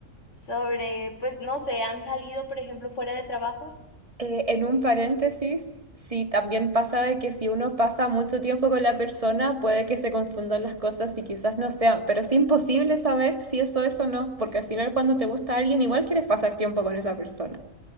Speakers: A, on the left; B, on the right.
A: sobre, pues no sé, ¿han salido, por ejemplo, fuera de trabajo?
B: Eh, en un paréntesis, sí, también pasa de que si uno pasa mucho tiempo con la persona, puede que se confundan las cosas y quizás no sean, pero es imposible saber si eso es o no, porque al final cuando te gusta alguien, igual quieres pasar tiempo con esa persona.